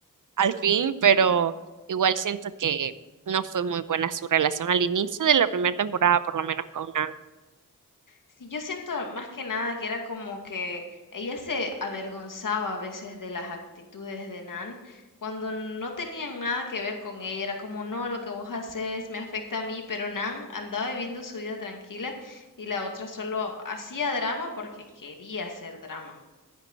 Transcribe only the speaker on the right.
al fin, pero igual siento que no fue muy buena su relación al inicio de la primera temporada, por lo menos con Nan.